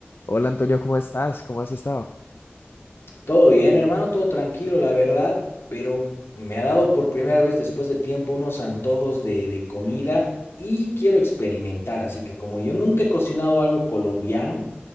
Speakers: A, on the left; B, on the left.
A: Hola Antonio, ¿cómo estás? ¿Cómo has estado?
B: Todo bien, hermano, todo tranquilo, la verdad, pero me ha dado por primera vez después de tiempo unos antojos de, de comida y quiero experimentar, así que como yo nunca he cocinado algo colombiano,